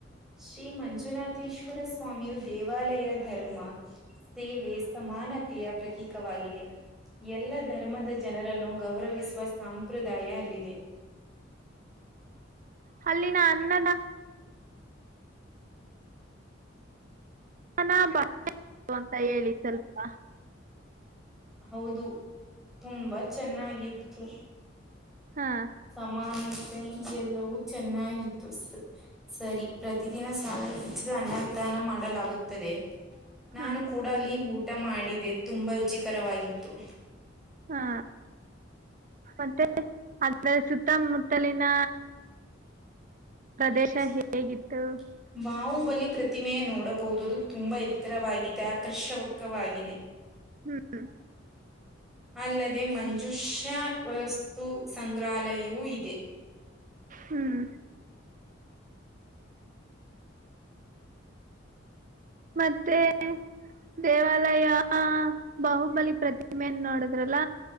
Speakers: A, in the centre; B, on the right.
A: ಶ್ರೀ ಮಂಜುನಾಥೇಶ್ವರ ಸ್ವಾಮಿ ದೇವಾಲಯ ಧರ್ಮ ಸೇವೆ ಸಮಾನತೆಯ ಪ್ರತೀಕವಾಗಿದೆ ಎಲ್ಲ ಧರ್ಮದ ಜನರನ್ನು ಗೌರವಿಸ ಸುವ ಸಂಪ್ರದಾಯ ಅಲ್ಲಿದೆ.
B: ಹ ಅಲ್ಲಿನ ಅನ್ನ ಹಾನ ಬ ಅಂತ ಹೇಳಿ ಸ್ವಲ್ಪ.
A: ಹೌದು ತುಂಬಾ ಚೆನ್ನಾಗಿತ್ತು.
B: ಹಾ
A: ಸಮಾನತೆಗೆಲ್ಲವೂ ಚೆನ್ನಾಗಿತ್ತು ಸರಿ. ಪ್ರತಿದಿನ ಸಾವಿರ ಅನ್ನದಾನ ಮಾಡಲಾಗುತ್ತದೆ
B: ಹಾ
A: ನಾನು ಕೂಡ ಅಲ್ಲಿ ಊ. ಮಾಡಿದೆ ತುಂಬಾ ರುಚಿಕರವಾಗಿತ್ತು.
B: ಹಾ ಮತ್ತೆ ಅದ್ರ ಸುತ್ತಮುತ್ತಲಿನ. ಪ್ರದೇಶ
A: ಪ್ರದೇಶಕ್ಕೆ.
B: ಹೇಗಿತ್ತು
A: ಬಾಹುಬಲಿ ಪ್ರತಿಮೆಯ ನೋಡಬಹುದುುದು ತುಂಬಾ ಎತ್ತರವಾಗಿದೆ ಆಕರ್ಷಕವಾಗಿದೆ.
B: ಹ್ಮ್.
A: ಅಲ್ಲದೆ ಮಂಜುಷ್ಯ ವಸ್ತು ಸಂಗ್ರಹಾಲಯವೂ ಇದೆ.
B: ಹ್ಮ್. ಮತ್ತೆ. ದೇವಾಲಯ ಬಾಹುಬಲಿ ಪ್ರತಿಮೆನ್ ನೋಡುದ್ರಲ್ಲ.